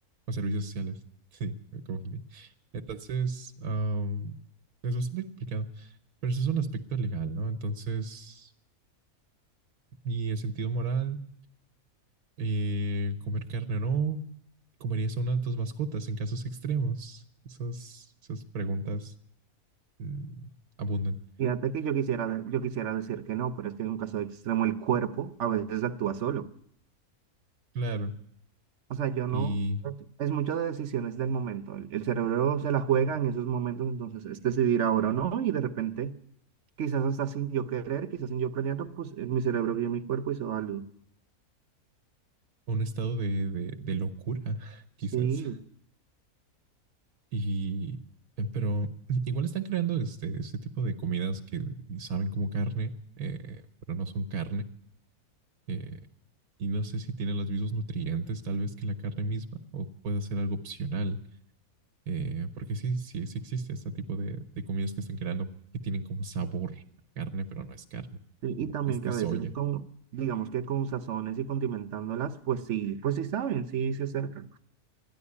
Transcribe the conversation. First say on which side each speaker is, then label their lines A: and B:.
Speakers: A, on the right; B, on the right.
A: a servicios sociales, <laughs> sí, me confundí. Entonces, um, es bastante complicado, pero ese es un aspecto legal, ¿no? Entonces, y el sentido moral, eh, comer carne o no, comerías a una de tus mascotas en casos extremos. Esas, esas preguntas mm, abundan.
B: Fíjate que yo quisiera, de- yo quisiera decir que no, pero es que en un caso extremo el cuerpo a veces actúa solo.
A: Claro.
B: O sea, yo
A: y
B: no, es mucho de decisiones del momento. El, el cerebro se la juega en esos momentos, entonces es decidir ahora o no, y de repente, quizás hasta sin yo querer, quizás sin yo planearlo, pues eh, mi cerebro guió mi cuerpo hizo algo.
A: a un estado de, de, de locura, quizás.
B: Sí.
A: Y, eh, pero igual están creando este, este tipo de comidas que saben como carne, eh, pero no son carne. eh, y no sé si tienen los mismos nutrientes tal vez que la carne misma o puede ser algo opcional. eh, porque sí, sí, sí existe este tipo de, de comidas que están creando que tienen como sabor a carne, pero no es carne.
B: Sí, y
A: Como
B: también
A: que
B: que a
A: soya.
B: veces con, digamos que con sazones y condimentándolas, pues sí, pues sí saben, sí se acercan.